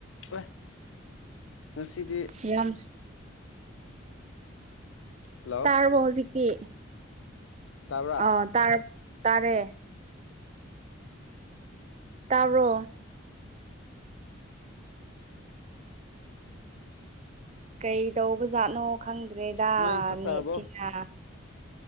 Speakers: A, on the left; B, on the right.
A: ꯑꯦ ꯉꯁꯤꯗꯤ
B: ꯌꯥꯝ
A: ꯍꯜꯂꯣ
B: ꯇꯔꯔꯕꯖꯤ ꯀꯦ
A: ꯇꯥꯕ꯭ꯔꯥ
B: ꯑ ꯇꯥꯔ ꯇꯥꯔꯦ ꯇꯔꯣ ꯀꯩ ꯇꯧꯕꯖꯥꯠꯅꯣ ꯈꯪꯗ꯭ꯔꯦꯗ
A: ꯅꯣꯏ ꯆꯥꯛ ꯆꯥꯔꯕꯣ
B: ꯅꯦꯠꯁꯤꯅ